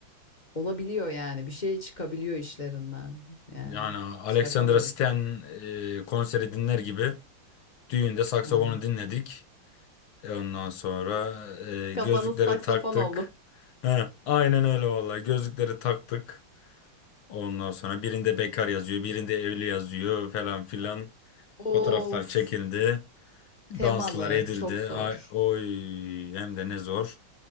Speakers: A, on the left; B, on the left.
A: Olabiliyor yani. Bir şey çıkabiliyor işlerinden. Yani
B: Yani Alexandra
A: bir şey yapamıyorsun.
B: Stan e, konseri dinler gibi düğünde saksafonu
A: Aynen.
B: dinledik. E, ondan sonra e,
A: Kafanız
B: gözlükleri
A: saksafon
B: taktık.
A: oldu.
B: He, aynen öyle vallahi gözlükleri taktık. Ondan sonra birinde bekar yazıyor, birinde evli yazıyor falan filan.
A: Of.
B: Fotoğraflar çekildi, danslar
A: Temalı.
B: edildi.
A: Çok zor.
B: Ay, oy hem de ne zor.